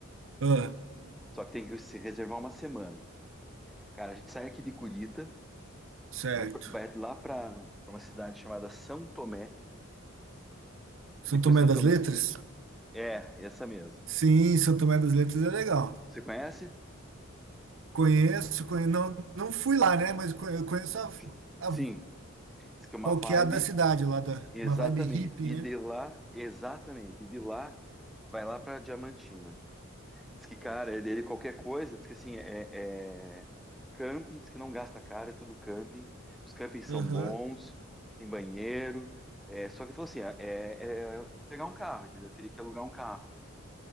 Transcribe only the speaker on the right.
Ah,
certo.
São
Tomé
das
Letras?
Sim, São Tomé das Letras é legal.
Conheço, conhe- não, não fui lá, né? Mas co- eu conheço a,
a,
qual
que é a da cidade lá, da,
uma vibe hippie,
né?
Aham,